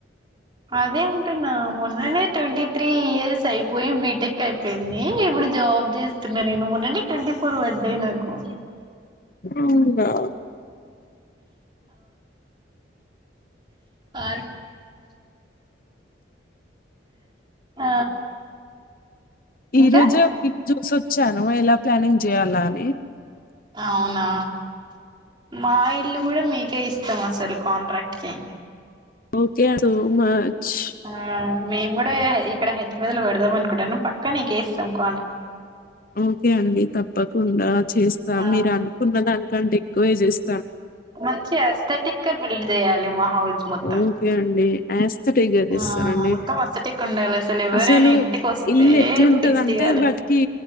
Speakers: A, on the right; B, on the left.
A: అదే అంటున్న మొన్ననే ట్వంటీ త్రీ ఇయర్స్ అయిపోయి బీ టికెట్ ఏంది ఇప్పుడు జాబ్ చేస్తున్నా నేను మొన్ననే ట్వంటీ ఫోర్ పడై నాకు
B: అవునా
A: ఆ ఆ
B: ఈ
A: ఇంకా
B: రోజే <inaudible> చూసోచాను ఎలా ప్లానింగ్ చేయాల <unintelligible>
A: అవునా మా ఇల్లు గూడా మీకే ఇస్తాం అసలు కాంట్రాక్ట్ కే
B: ఓకే అసలు <unintelligible> మచ్
A: ఆ మేము గుడా ఇక్కడ హైదరాబద్ లో పెడదాం అనుకుంటానం పక్కనే కేస్ <unintelligible>
B: ఓకే అండి తప్పకుండా చేస్తా
A: ఆ
B: మీరు అనుకున్న దానికంటె క్కువే చేస్
A: మంచి అస్థటిక్ గా బిల్డ్ చేయాలి మా హౌస్ మొత్తం
B: ఓకే అండి డి యాస్ స్థాటిగ్గా చేస్తానండి
A: ఆ మొత్తం అస్థెటిక్ ఉండాలి ఎవరైనా
B: అసలు
A: ఇంటికి వస్తే
B: ఇల్లు ఎట్లుంటదంటే
A: పిక్స్ తీయాలి
B: వాటికి